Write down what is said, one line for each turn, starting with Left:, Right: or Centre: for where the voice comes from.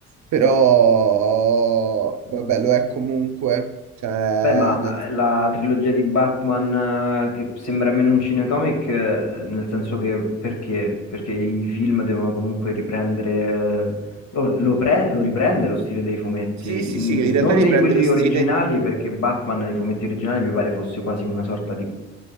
Right: però vabbè, lo è comunque. Cioè,
Left: Beh, ma
Right: nel-
Left: eh, la trilogia di Batman, eh, che sembra meno un cinecomic, eh, nel senso che perché? Perché i film devono comunque riprendere, eh, lo, lo pre- lo riprende lo stile dei fumetti,
Right: Sì, sì,
Left: Mm,
Right: sì, in realtà
Left: non
Right: riprende
Left: dei quelli
Right: lo stile
Left: originali,
Right: di
Left: perché Batman nei fumetti originali mi pare fosse quasi una sorta di